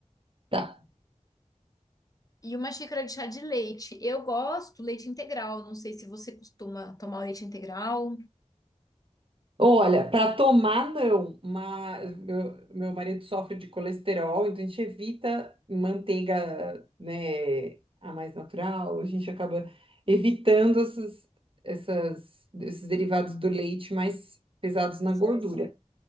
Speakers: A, on the right (about 45°); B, on the left (about 30°).
A: Tá.
B: E uma xícara de chá de leite. Eu gosto leite integral. Não sei se você costuma tomar leite integral.
A: Olha, para tomar não, mas meu, meu marido sofre de colesterol, então a gente evita manteiga, né, a mais natural, a gente acaba evitando essas, essas- esses derivados do leite mais pesados na
B: Certo.
A: gordura.